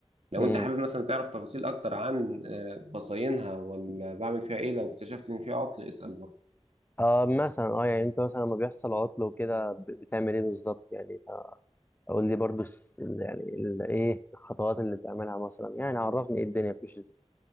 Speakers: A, on the right; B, on the left.
A: لو
B: امم
A: انت حابب مثلا تعرف تفاصيل اكتر عن آه، بصاينها ولا بعمل فيها ايه لو اكتشفت ان فيها عطل اسأل برضه
B: آه مثلا اه يعني انت مثلا لما بيحصل عطل وكده ب- بتعمل ايه بالظبط يعني قول لي برضو الس- يعني ال- ايه الخطوات اللي بتعملها مثلا يعني عرفني ايه الدنيا بتمشي